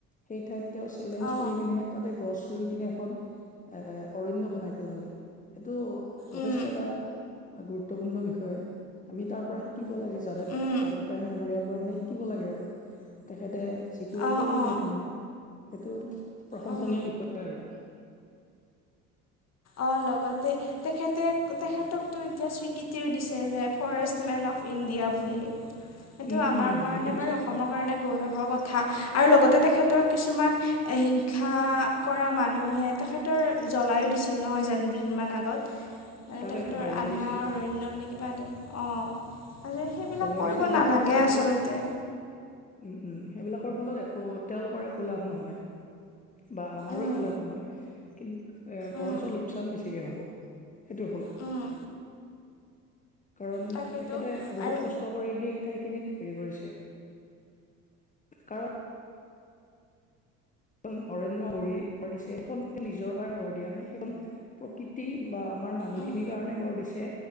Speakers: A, on the left (about 20°); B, on the left (about 35°).
A: সেই ঠাইত তেওঁ চেলেঞ্জ
B: অঁ
A: কৰি কিনে তাতে গছ ৰুই কিনে, এখন এ অৰণ্য বনাই পেলালে। এইটো যথেষ্ট
B: উম
A: এটা গুৰুত্বপূৰ্ণ বিষয়, আমি তাৰ পৰা শিক শিকিব লাগে, যাদৱ,
B: উম
A: যাদৱ পায়েং ডাঙৰীয়াৰ পৰা মানে শিকিব লাগে আৰু তেখেতে এইটো
B: অঁ
A: কৰিলে
B: অঁ
A: মানে, সেইটো প্ৰশংসনীয়
B: উম
A: বিষয় আৰু।
B: অ' লগতে তেখেতে তেখেতকতো এতিয়া স্বীকৃতিও দিছে যে ফৰেষ্ট মেন অফ ইণ্ডিয়া বুলি। সেইটো
A: উম
B: আমাৰ
A: উম
B: কাৰণে
A: সেইটো দিছে
B: বাৰু অসমৰ কাৰণে গৌৰৱৰ কথা আৰু লগতে তেখেতৰ কিছুমান হিংসা কৰা মানুহে তেখেতৰ জ্বলায়ো দিছ ছিল নহয় জানো দুদিনমান আগত, মানে
A: তাকেতো
B: তেখেতৰ
A: জ্বলাই
B: আধা
A: দিছিল
B: অৰণ্য এনেক কিবা, অ' সেইবিলাক
A: জ্বলাই
B: কৰিব
A: দিছিল
B: নালাগে
A: বাৰু তথাপিও
B: আচলতে।
A: উম উম, সেইবিলাকৰ ফলত একো তেওঁলোকৰ একো লাভ নহয়। বা আমাৰো
B: উম
A: একো লাভ নহয়, কিন্তু এ বৰঞ্চ
B: উম
A: লোকচান বেছিকে হ'ব, সেইটোৰফলত,
B: উম,
A: কাৰণ
B: তাকেতো
A: তেখেতে বহুত
B: আৰু
A: কষ্ট কৰি সেই ঠাইখিনিত হেৰি কৰিছে, কাৰ খন অৰণ্য গঢ়িছে সেইখন নিজৰ কাৰণে গঢ় দিয়া নাই সেইখন প্ৰকৃতি বা আমাৰ মানুহখিনিৰ
B: উম,
A: কাৰণে গঢ় দিছে।